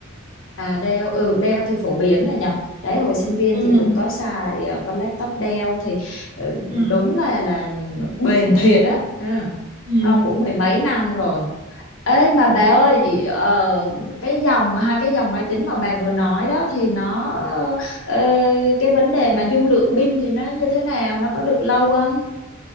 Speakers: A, on the left (about 65°); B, on the right (about 40°).
A: à Dell ừ Dell thì phổ biến rồi nhỉ đấy hồi sinh viên
B: ừ
A: thì cũng có xài ờ, con laptop Dell thì ờ,
B: ừ
A: đúng là là bền thiệt á ừ.
B: ừ
A: không cũng mười mấy năm rồi ê mà
B: ừ
A: bà ơi ờ, cái dòng hai cái dòng máy tính mà bà vừa nói đó thì nó ờ, cái vấn đề mà dung lượng pin thì nó như thế nào nó có được lâu không